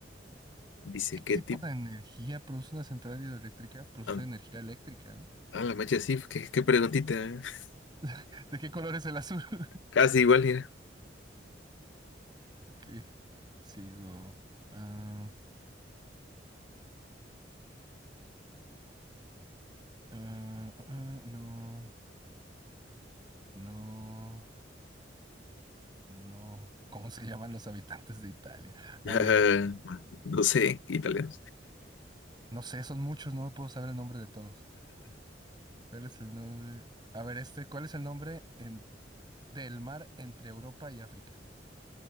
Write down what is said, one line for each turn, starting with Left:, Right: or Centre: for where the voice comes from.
Left: Dice,
Right: ¿Qué
Left: ¿qué
Right: tipo
Left: tipo?
Right: de energía produce una central hidroeléctrica? Produce
Left: Ah,
Right: energía eléctrica, ¿no?
Left: ah, la mecha sí, qué, qué preguntita. ¿eh? <laughs>
Right: <laughs> ¿De qué color es el azul? <laughs>
Left: Casi igual, mira.
Right: Ok, sigo. Ah, ah, ah, no, no, no. ¿Cómo se llaman los habitantes de Italia?
Left: <laughs>
Right: A ver.
Left: No sé, italiano.
Right: No sé, son muchos, no me puedo saber el nombre de todos. ¿Cuál es el nombre? A ver, este, ¿cuál es el nombre en- del mar entre Europa y África?